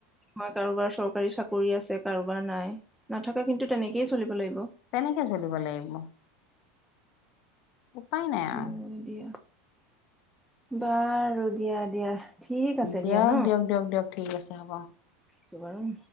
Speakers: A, in the centre; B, on the left.
A: মই কাৰোবাৰ চৰকাৰী চাকৰি আছে কাৰোবাৰ নাই নাথাককা কিন্তু তেনেকেই চলিব লাগিব
B: তেনেকে চলিব লাগিব। উপায় নাই আৰু
A: অ দিয়া বাৰু দিয়া দিয়া ঠিক আছে
B: দিয়ক
A: দিয়া ন।
B: দিয়ক দিয়ক দিয়ক ঠিক আছে হ'ব
A: তোমাৰ।